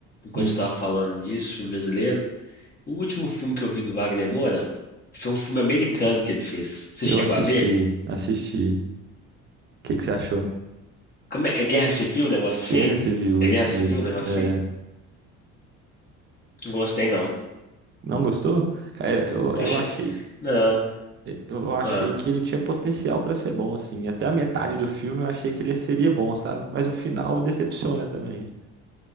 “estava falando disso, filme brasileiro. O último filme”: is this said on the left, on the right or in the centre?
Left